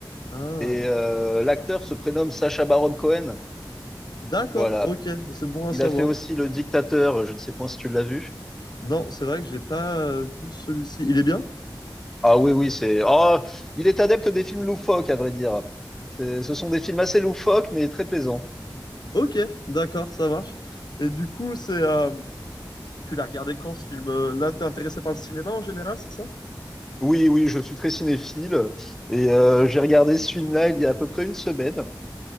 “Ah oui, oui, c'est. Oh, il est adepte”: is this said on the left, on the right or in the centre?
Centre